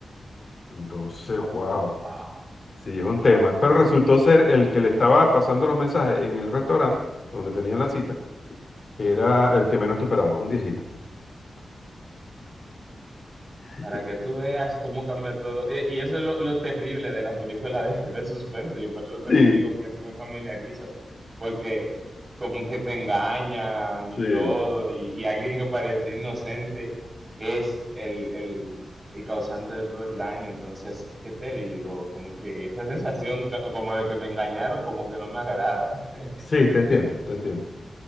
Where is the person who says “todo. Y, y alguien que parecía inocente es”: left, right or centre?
Right